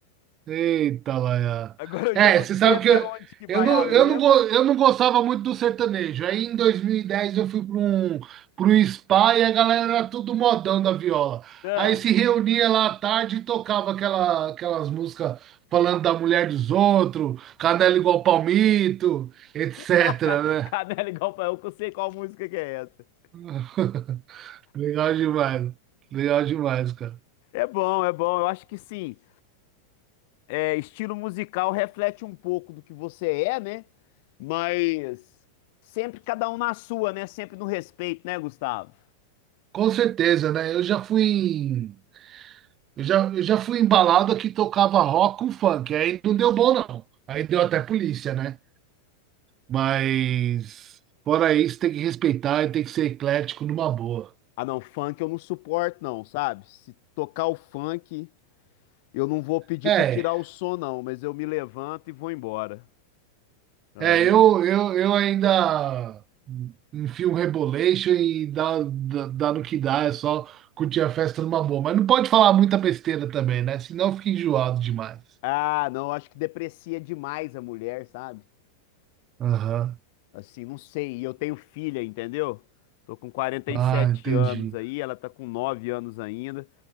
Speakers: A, on the right; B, on the left.
A: Eita, Laia.
B: Agora eu
A: É,
B: já não
A: você
B: sei
A: sabe
B: até
A: que eu,
B: onde que
A: eu,
B: vai
A: não,
B: a lenda.
A: eu, não, go- eu não gostava muito do sertanejo. Aí em 2010, eu fui para um, para um spa e a galera era tudo modão da viola.
B: Ah,
A: Aí se reunia lá à tarde e tocava aquela, aquelas músicas falando da mulher dos outros, canela igual palmito, etc,
B: <laughs> Ca-
A: né?
B: Canela igual pra eu, que eu sei qual música que é essa.
A: <laughs> Legal demais. Legal demais, cara.
B: É bom, é bom. Eu acho que sim. é, estilo musical reflete um pouco do que você é, né? Mas sempre cada um na sua, né? Sempre no respeito, né, Gustavo?
A: Com certeza, né? Eu já fui em- Eu já, eu já fui embalado que tocava rock com funk. Aí não deu bom, não. Aí deu até polícia, né? Mas fora isso, tem que respeitar e tem que ser eclético numa boa.
B: Ah, não, funk eu não suporto, não, sabe? Se tocar o funk, eu não vou pedir
A: É,
B: pra tirar o som, não, mas eu me levanto e vou embora. Aí.
A: é, eu, eu, eu ainda enfio um rebolation e dá, dá, dá no que dá, é só curtir a festa numa boa. Mas não pode falar muita besteira também, né? Senão fica enjoado demais.
B: Ah, não, acho que deprecia demais a mulher, sabe?
A: Aham.
B: Assim, não sei. E eu tenho filha, entendeu? Tô com quarenta
A: Ah,
B: e sete
A: entendi.
B: anos aí, ela tá com 9 anos ainda.